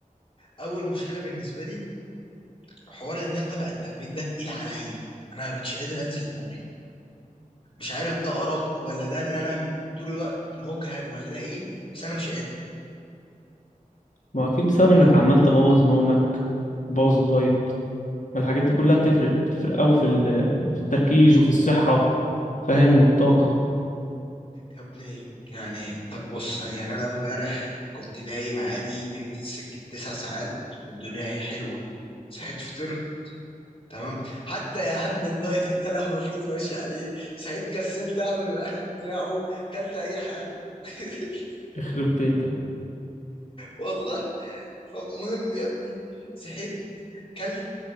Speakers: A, on the left (about 40°); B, on the left (about 65°).
A: اول مشكلة بالنسبة لي حوار ان انا بقى التمرين ده تقيل عليا انا مش قادر انزل التمرين مش عارف ده ارق ولا ده ان انا طول الوقت مجهد ولا ده ايه بس انا مش قادر
B: ما اكيد بسبب انك عمال تبوظ نومك بوظ الدايت ما الحاجات دي كلها بتفرق بتفرق قوي في ال- في التركيز وفي الصحة فاهم والطاقة
A: يا ابني يعني طب بص يعني انا امبارح كنت نايم عادي نمت سكة تسع ساعات والدنيا هي حلوة صحيت فطرت تمام حتى يا عم الدايت اللي انا المفروض ماشي عليه صحيت كسلت اعمل الاكل بتاعه كلت اي حاجة <laughs>
B: يخرب بيتك
A: والله فالمهم يا ابني صحيت كلت